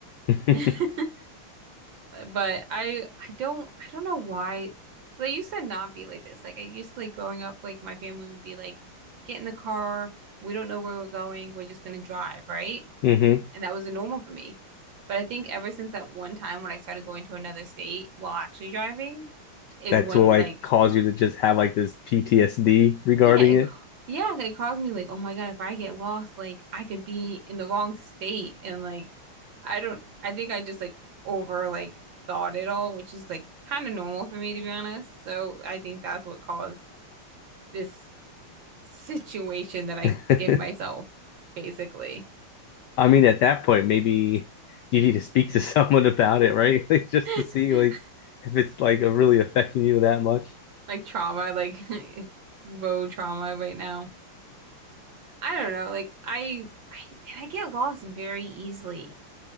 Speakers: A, on the left; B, on the right.
A: <laughs>
B: <laughs> But I I don't I don't know why. 'Cause I used to not be like this. Like I used to like growing up, like my family would be like, get in the car, we don't know where we're going, we're just gonna drive, right?
A: mm-hmm.
B: And that was the normal for me. But I think ever since that one time when I started going to another state while actually driving is
A: that's
B: when
A: what like
B: like
A: cause you to just have like this ptsd regarding
B: yeah, it,
A: it
B: ca- yeah, it caused me like, oh my God, if I get lost, like I could be in the wrong state and like I don't I think I just like over like thought it all, which is like kind of normal for me to be honest. So I think that's what caused
A: Mm-hmm.
B: this situation that I
A: <laughs>
B: give myself, basically.
A: I mean, at that point, maybe you need to speak to <laughs> someone about it, right? <laughs> Like just
B: <laughs>
A: to see like if it's like really affecting you that much.
B: Like trauma, like <laughs> road trauma right now. I don't know, like I, I and I get lost very easily